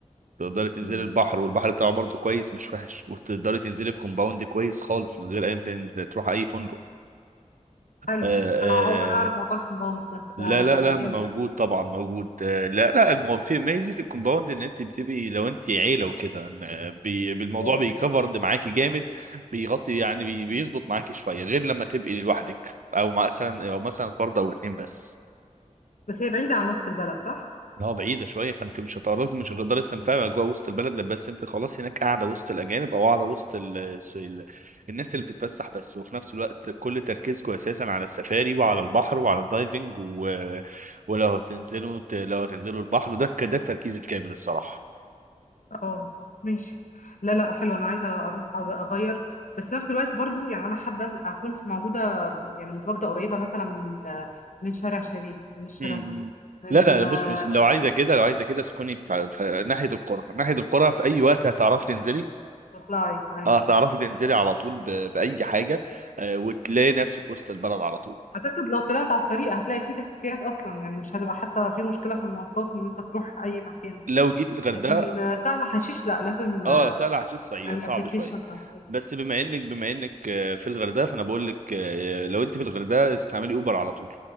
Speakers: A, on the right; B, on the left.
A: تقدري تنزلي
B: امم
A: البحر والبحر بتاعه برضه كويس مش وحش وتقدري تنزلي في كومباوند كويس خالص من غير اي متن- تروح اي فندق
B: حلو
A: آه
B: انا اول مره اعرف
A: آه
B: موضوع الكومباوندز ده ده
A: لا
B: هيبقى
A: لا لا
B: جامد
A: موجود طبعا موجود آه لا لا المو... في ميزه الكومباوند ان انت بتبقي لو انت عيله وكده إن، آه، بي... بالموضوع
B: اه
A: بيكفرد معاكي جامد بيغطي يعني بي... بيظبط معاكي شويه غير لما تبقي لوحدك او مثلا او مثلا فرد او اتنين بس
B: بس هي بعيده عن وسط البلد صح
A: اه بعيدة شوية فانت مش هتعرف مش هتقدر تستمتعي بأجواء وسط البلد لا، بس انت خلاص هناك قاعدة وسط الأجانب أو قاعدة وسط ال... الس- ال... الناس اللي بتتفسح بس وفي نفس الوقت كل تركيزكم أساسا على السفاري وعلى البحر وعلى الدايفنج و... ولو هتنزلوا ت- لو هتنزلوا البحر ده ك- ده التركيز الكامل الصراحة
B: اه ماشي لا لا حلو انا عايزه اروح أغ- اغير بس نفس الوقت برضو يعني انا حابه اكون في موجوده يعني متواجده قريبه مثلا من من شارع شريف من الشيراتون
A: م- م.
B: من
A: لا لا لا،
B: آه،
A: بص بص لو عايزة كده لو عايزة كده اسكني في... في ناحية القرى ناحية القرى في أي وقت هتعرفي تنزلي
B: تطلعي ايوه
A: اه هتعرفي
B: صح
A: تنزلي على طول ب... بأي حاجة آه وتلاقي نفسك وسط البلد على طول
B: اعتقد لو طلعت على الطريق هتلاقي فيه تاكسيات اصلا يعني مش هتبقى حتى في مشكله في المواصلات ان انت تروح اي مكان
A: لو جيت الغردقه
B: لكن آه، سهل حشيش لا لازم
A: اه
B: آه،
A: سهل عشان الصعيد
B: يعني
A: صعب
B: ابلكيشن
A: شويه
B: او حاجه
A: بس بما انك بما انك آه، في الغردقه فانا بقول لك آه، لو انت في الغردقه استعملي اوبر على طول